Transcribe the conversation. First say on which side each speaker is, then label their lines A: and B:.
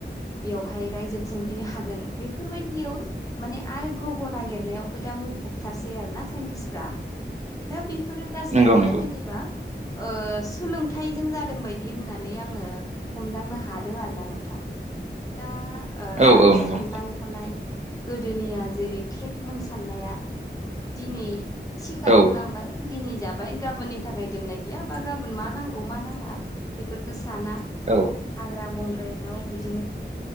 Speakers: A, on the left; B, on the right.
A: बेवहाय रायजो खुंहैनो हागोन बेफोरबायदियाव माने आरो ग्रह' नागिरनायावबो दा मुखुबथारसै आरो ना साइन्टिस्टफ्रा। दा बेफोरो गासैबो
B: नंगौ नंगौ
A: जेनेबा ओ सोलोंथाइजों जादों बायदि होननानै आङो हमदांनो हादों आरोना नोंथां दा ओ
B: औ
A: आरो
B: औ नंगौ
A: साननाय
B: नोंथां
A: हनाय गोदोनिया जेरै टेट मोन सान्नाया दिनै सिखार
B: औ
A: खालामबाय दिनै जाबाय गाबोननि थाखाय दोननाय गैया बा गाबोन मा नांगौ मा नाङा बेफोरखो साना
B: औ
A: हाग्रा बंग्रायाव बिदिनो